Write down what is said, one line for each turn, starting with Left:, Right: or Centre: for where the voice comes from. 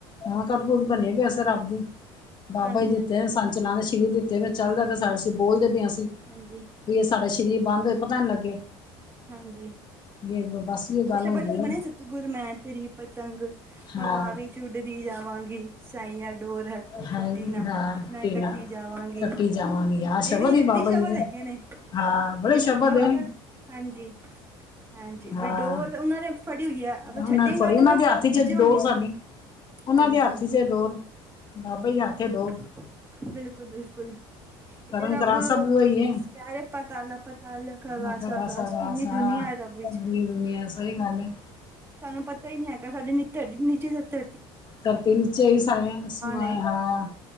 Left: ਹਾਂ ਕਠਪੁਤਲੀ ਤਾਂ ਨੀ ਵੈਸੇ ਰੱਬ ਦੀ, ਬਾਬਾ
Right: ਹਾਂਜੀ
Left: ਜੀ ਦਿੱਤੇ
Right: ਹਾਂਜੀ
Left: ਸੰਚ ਲਾਂ ਠੀਕ ਦਿੱਤੇ ਫੈ ਚੱਲਦਾ ਪਿਆ ਸਾਂਹ ਅਸੀਂ, ਬੋਲਦੇ ਪਏ ਆਂ ਅਸੀਂ।
Right: ਹਾਂਜੀ।
Left: ਵੀ ਸਾਡਾ ਸਰੀਰ ਬੰਦ ਹੋਏ, ਪਤਾ ਨਾ ਲੱਗੇ।
Right: ਹਾਂਜੀ,
Left: ਵੀ ਬਸ ਵੀ ਇਹ
Right: ਉਹ
Left: ਗੱਲ
Right: ਸ਼ਬਦ
Left: ਹੁੰਦੀ ਹੈ
Right: ਤੇ
Left: ਨਾ
Right: ਬਣਿਆ, ਸਤਿਗੁਰ ਮੈਂ ਤੇਰੀ ਪਤੰਗ
Left: ਹਾਂ
Right: ਹਵਾ ਵਿੱਚ ਉੱਡਦੀ ਜਾਵਾਂਗੀ, ਸਾਈਆਂ ਡੋਰ ਹੱਥੋਂ
Left: ਹਾਂ
Right: ਛੱਡੀ ਨਾ।
Left: ਹਾਂ
Right: ਮੈਂ
Left: ਟੀਨਾ
Right: ਕੱਟੀ ਜਾਵਾਂਗੀ,
Left: ਕੱਟੀ ਜਾਵਾਂਗੀ ਆਹ
Right: ਇਹ
Left: ਸ਼ਬਦ
Right: ਰੀਐਲਟੀ
Left: ਹੀ ਬਾਬਾ
Right: ਸ਼ਬਦ
Left: ਜੀ ਦੇ
Right: ਹੈਗੇ ਨੇ।
Left: ਹਾਂ, ਬਹੁ
Right: ਕਿ
Left: ਸ਼ਬਦ
Right: ਮਤਲਬ
Left: ਏ।
Right: ਅਗਰ ਹਾਂਜੀ- ਹਾਂਜੀ,
Left: ਹਾਂ
Right: ਵੀ ਡੋਰ ਉਹਨਾਂ ਦੇ ਫੜੀ ਹੋਈ ਆ, ਅਗਰ
Left: ਉਹਨਾਂ
Right: ਛੱਡੇਗਾ
Left: ਨੇ ਫੜੀ
Right: ਤੇ
Left: ਉਹਨਾਂ
Right: ਮੈਂ
Left: ਦੇ
Right: ਕ
Left: ਹੱਥ
Right: ਗਿਰ
Left: ਚ
Right: ਜਾਂਵਾਂਗੀ
Left: ਡੋਰ ਸਾਡੀ
Right: ਥੱਲੇ।
Left: ਉਹਨਾਂ
Right: ਹਾਂਜੀ,
Left: ਦੇ ਹੱਥ ਚ ਡੋਰ ਬਾਬਾ ਜੀ ਦੇ ਹੱਥ
Right: ਬਿਲਕੁਲ-
Left: ਚ ਡੋਰ
Right: ਬਿਲਕੁਲ। ਇਹ
Left: ਕਰਨ
Right: ਤੇ ਰੱਬ
Left: ਕਰਾਨ ਸਭ ਉਹੀ ਹੈ
Right: ਕਹਿ ਰਾ ਪਤਾਲਾ ਪਤਾਲ, ਲੱਖ ਅਗਾਸ।
Left: ਆਖਾ ਖਾਸਾ
Right: ਅ ਦੱਸ
Left: ਖਾਸਾ
Right: ਕਿੰਨੀ ਦੁਨੀਆਂ ਐ ਰੱਬ ਵਿੱਚ,
Left: ਦੁਨੀਆ ਸਹੀ
Right: ਠੀਕ
Left: ਗੱਲ
Right: ਐ।
Left: ਹੈ
Right: ਸਾਨੂੰ ਪਤਾ ਹੀ ਨਹੀਂ ਹੈਗਾ, ਸਾਡੇ ਨਿੱਤਰ ਨੀਚੇ ਧ ਧ
Left: ਧਰਤੀ ਨੀਚੇ ਹੀ ਸਾਰਿਆਂ ਨੂੰ ਸਮਾਇਆ
Right: ਏ
Left: ਹੋਇਆ।